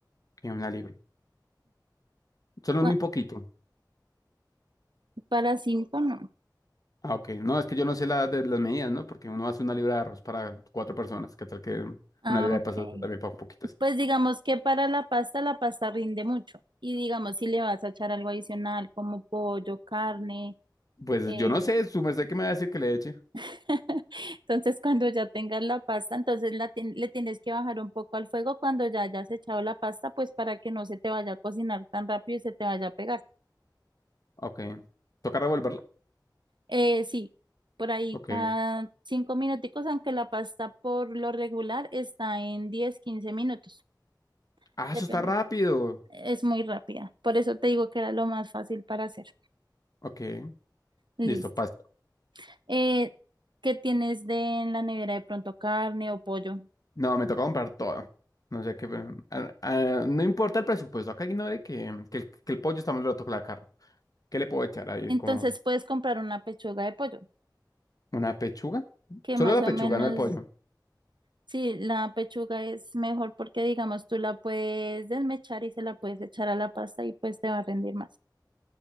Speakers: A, on the left; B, on the right.
A: ok, una libra. Solo
B: Pa-
A: muy poquito.
B: Para cinco, no.
A: Ah, ok. No, es que yo no sé la, de, las medidas, ¿no? Porque uno hace una libra de arroz para cuatro personas. ¿Qué tal que
B: Ah,
A: una libra
B: ok.
A: de pastas también para poquitas?
B: Pues digamos que para la pasta, la pasta rinde mucho. Y digamos, si le vas a echar algo adicional como pollo, carne,
A: Pues
B: eh,
A: yo no sé, su merced que me va a decir que le eche.
B: <laughs> entonces cuando ya tengas la pasta, entonces la tien- le tienes que bajar un poco al fuego cuando ya hayas echado la pasta, pues para que no se te vaya a cocinar tan rápido y se te vaya a pegar.
A: Ok. ¿Toca revolverlo?
B: Eh, sí, por ahí
A: Ok.
B: cada cinco minuticos, aunque la pasta por lo regular está en 10 15 minutos,
A: Ah,
B: depende.
A: eso está rápido.
B: Es muy rápida. Por eso te digo que era lo más fácil para hacer.
A: Ok.
B: Listo.
A: Listo, pasta.
B: eh, que tienes de en la nevera de pronto carne o pollo.
A: No, me toca comprar todo. No sé qué. pero, ah, ah, no importa el presupuesto. Acá ignore que, que, el, que el pollo está más barato que la carne. ¿Qué le puedo echar ahí?
B: Entonces
A: ¿Como
B: puedes comprar una pechuga de pollo,
A: una pechuga?
B: que
A: Solo
B: más
A: la
B: o
A: pechuga,
B: menos,
A: no el pollo.
B: sí, la pechuga es mejor porque digamos tú la puedes desmechar y se la puedes echar a la pasta y pues te va a rendir más.